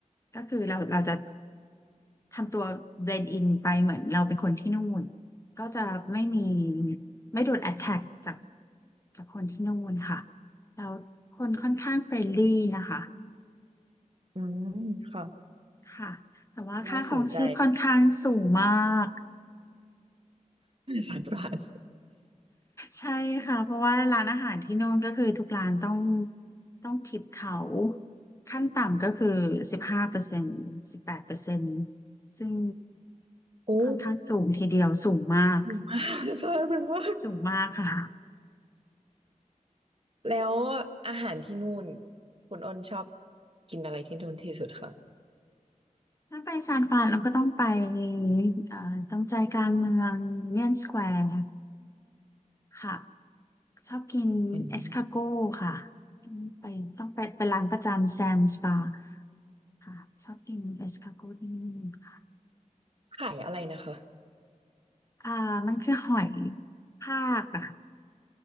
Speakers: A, on the left; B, on the right.
A: ก็คือเราเราจะ ทำตัวเบลนด์อินไปเหมือนเราเป็นคนที่นู่นก็จะไม่มีไม่โดนแอ t แทกจากจากคนที่นู่นค่ะแล้วคนค่อนข้างเฟรนลี่นะคะ
B: อืมค่ะ
A: ค่ะแต่ว่าค่าครองชีพค่อนข้างสูงมาก
B: น่าสนใจ สารประหลาด
A: ใช่ค่ะเพราะว่าร้านอาหารที่นู่นก็คือทุกร้านต้องต้องทิปเขาขั้นต่ำก็คือสิบห้าเปอร์เซ็นต์สิบแปดเปอร์เซ็นต์ซึ่ง
B: โอ้
A: ค่อนข้างสูงทีเดียวสูงมาก
B: หิวมากค่ะแบบว่า
A: สูงมากค่ะ
B: แล้วอาหารที่นู่นคุณอ้นชอบกินอะไรที่นู่นที่สุดคะ
A: ถ้าไปซานฟรานเราก็ต้องไปเอ่อตรงใจกลางเมืองยูเนียนสแควร์ค่ะชอบกินเอสคาโก้ค่ะต้องไปต้องไปเป็นร้านประจำแซมสปา
B: อืม
A: ค่ะชอบกินเอสคาโก้ที่นี่ค่ะ
B: ขายอะไรนะคะ
A: อ่ามันคือหอยทากอะ